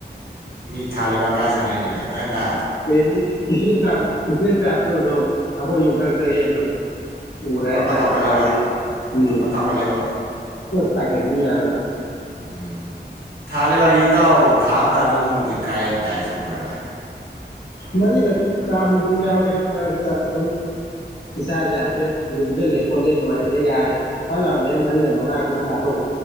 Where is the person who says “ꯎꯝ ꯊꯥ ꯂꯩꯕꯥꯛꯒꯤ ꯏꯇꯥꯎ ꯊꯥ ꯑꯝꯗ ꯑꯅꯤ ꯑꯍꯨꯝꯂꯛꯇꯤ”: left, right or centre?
Right